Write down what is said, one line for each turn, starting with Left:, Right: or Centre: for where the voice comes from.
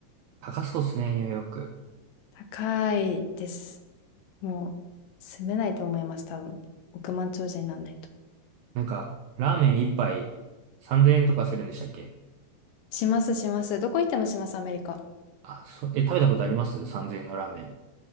Right: 高そうですね、ニューヨーク。
Left: 高いです。もう、住めないと思います、多分。億万長者にならないと。
Right: なんか、ラーメン一杯3000円とかするんでしたっけ
Left: します、します。どこ行ってもします、アメリカ。
Right: あ、そ、え、食べたことあります ?3000 円のラーメン。